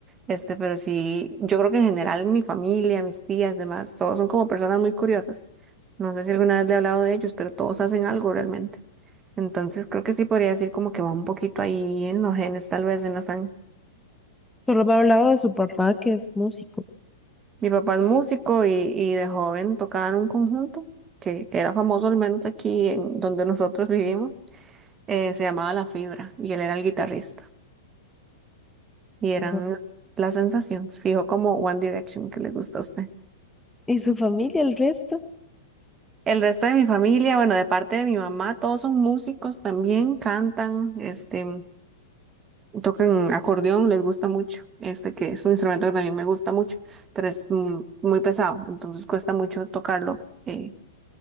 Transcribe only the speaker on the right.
Este, pero sí, yo creo que en general mi familia, mis tías, demás, todos son como personas muy curiosas. No sé si alguna vez le he hablado de ellos, pero todos hacen algo realmente. Entonces creo que sí podría decir como que va un poquito ahí en los genes, tal vez en la sangre.
Mi papá es músico y, y de joven tocaba en un conjunto que era famoso, al menos aquí en donde nosotros vivimos. eh, se llamaba La Fibra y él era el guitarrista. Y eran
las sensaciones, fijo como One Direction que le gusta a usted.
El resto de mi familia, bueno, de parte de mi mamá, todos son músicos también, cantan, este, tocan acordeón, les gusta mucho, este que es un instrumento que también me gusta mucho, pero es mm, muy pesado, entonces cuesta mucho tocarlo eh,